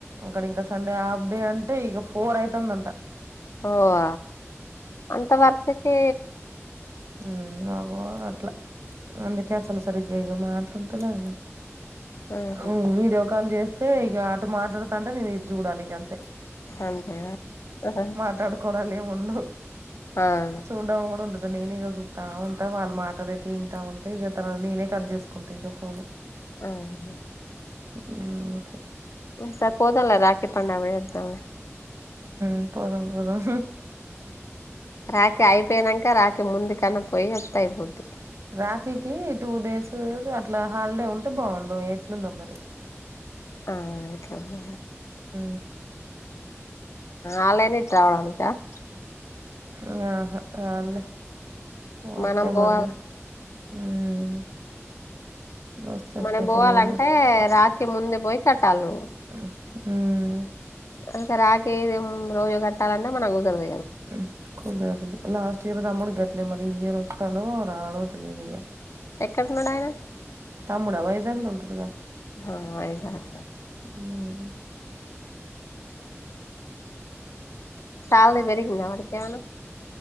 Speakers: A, on the right; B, on the left.
A: అక్కడ ఇంక సండే హాఫ్ డే అంటే ఇగ ఫోర్ ఐతుందంట
B: ఓ ఆ అంత వర్కుకి
A: ఊ మా గోల అట్లా అందుకే అసలు సరిగ్గా ఇగ మాట్లాడుతలేను
B: ఆహా
A: ఊ వీడియో కాల్ చేస్తే ఇగ అటు మాట్లాడుతాంటే నేను ఇది చూడాలి ఇగ అంతే
B: అంతేనా ఆహా
A: మాట్లాడుకోవడాలేం ఉండదు
B: అవును
A: చూడ్డం కూడ ఉండదు నేనే ఇగ చూత్తా ఉంటా వాళ్ళు మాట్లాడేటివి ఇంటా ఉంటే ఇగ తర్వాత నేనే కట్ చేసుకుంటా ఇగ ఫోను
B: ఆ హు
A: ఉహూ ఓకే
B: ఉమ్ సర్ పోదాంలే రాఖీ పండగ పొయొద్దాం
A: ఈ పోదాం పోదాం
B: రాఖి అయిపోయినంక రాకి ముందు కన్నా పొయ్యొత్తే అయిపోద్ది
A: రాఖీకి టూ డేసూ <inaudible> అట్లా హాలిడే ఉంటే బాగుండు ఎట్లుందో మరి
B: ఆ అట్లనే
A: ఊ
B: ఆ <unintelligible>
A: ఆహా <unintelligible> వస్తే
B: మనం పోవాల
A: మళ్ళీ ఉమ్ వస్తే
B: మనం
A: స్పెషల్గా
B: పోవాలంటే రాకి ముందే పోయి కట్టాలి నువ్వు
A: ఉ
B: ఇంక రాఖీ <unintelligible> రోజు కట్టాలంటే మనకు కుదరదు ఇక
A: ఉ కుదరదు లాస్ట్ ఇయర్ తమ్ముడు గట్లే మరి ఈ ఇయర్ వస్తాడో రాడో తెలియదు ఇగ
B: ఎక్కడ వున్నాడు ఆయన
A: తమ్ముడ వైజాగ్లో ఉంటాడుగ
B: ఆ వైజాగ
A: ఉమ్
B: సాలరి పెరిగింద వాడికేవన్న